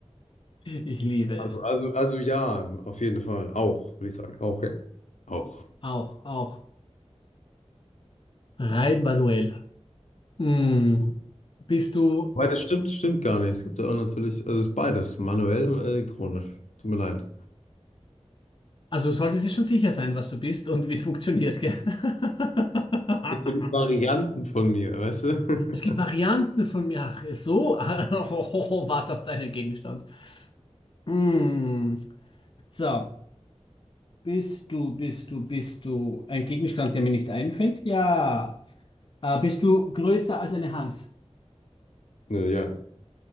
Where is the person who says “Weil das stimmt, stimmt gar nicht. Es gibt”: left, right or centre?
Left